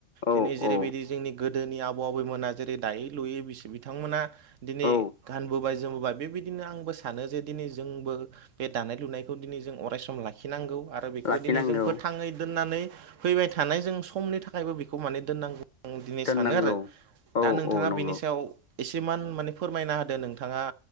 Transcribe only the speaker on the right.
दिनै जेरैबायदि
जोंनि गोदोनि आबौ आबैमोना जेरै दायै लुयै बिस बिथांमोनहा। दिनै
गानबोबाय जोमबोबाय बेबायदि बेदिनो आंबो सानो जे दिनै जोंबो बे दानाय लुनायखौ दिनै जों अरायसम लाखिनांगौ आरो आरो बेखौ
दिनै जों फोथाङै दोननानै फैबाय थानाय जों समनि थाखायबो बेखौ माने दोननांगौ। आं दिनै
सानो आरो दा
नोंथाङा
बेनि सायाव एसेमान माने फोरमायना होदो नोंथाङा